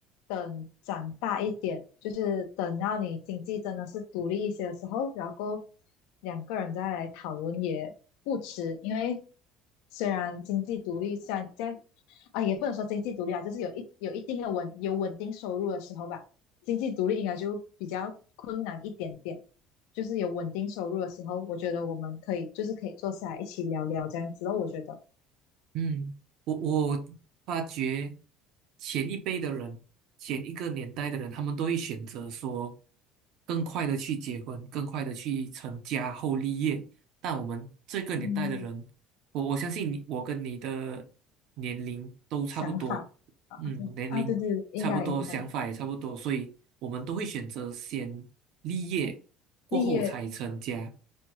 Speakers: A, on the left (about 85°); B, on the right (about 55°).
A: 等长大一点，就是等到你经济真的是独立一些的时候，然后两个人再来讨论也不迟，因为虽然经济独立，虽然在啊也不能说经济独立啊，就是有一有一定的稳有稳定收入的时候吧，经济独立应该就比较困难一点点。就是有稳定收入的时候，我觉得我们可以就是可以坐下来一起聊聊这样子然我觉得，
B: 嗯，我我发觉前一辈的人，前一个年代的人，他们都会选择说更快的去结婚，更快的去成家后立业。但我们这个年代的人，
A: 嗯，
B: 我我相信你，我跟你的年龄都差不多，
A: 想法啊
B: 嗯，年龄差不多，
A: 啊，对对，应该应该，
B: 想法也差不多，所以我们都会选择先立业，过后才成家。
A: 立业，